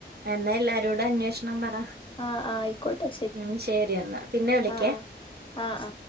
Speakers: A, on the right (about 60°); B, on the left (about 30°).
A: എന്നാ എല്ലാരോട അന്വേഷണം പറ,
B: ആഹ് ആഹ് ആയിക്കോട്ടെ
A: ഉം ശരി എന്നാ പിന്നെ വിളിക്ക്യ
B: ആഹ് ആഹ് ആഹ് ആഹ്